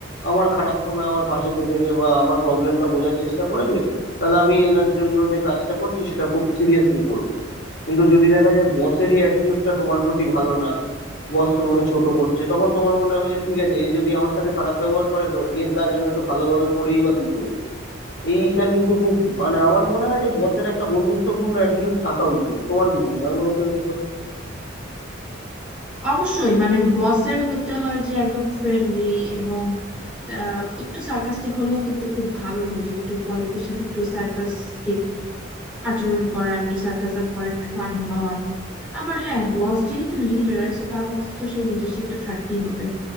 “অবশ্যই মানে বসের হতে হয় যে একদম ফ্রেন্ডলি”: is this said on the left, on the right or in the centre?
Centre